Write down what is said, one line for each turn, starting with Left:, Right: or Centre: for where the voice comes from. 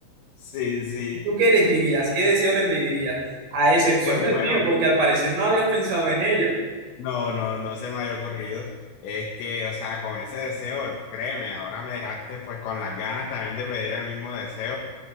Left: Sí, sí.
Right: ¿Tú qué elegirías? ¿Qué deseo le pedirías? A excepción
Left: Pues
Right: del
Left: bueno,
Right: mío, porque al parecer no habías pensado en ello.
Left: no, no, no se me había ocurrido. Es que, o sea, con ese deseo, créeme, ahora me dejaste pues con las ganas también de pedir el mismo deseo.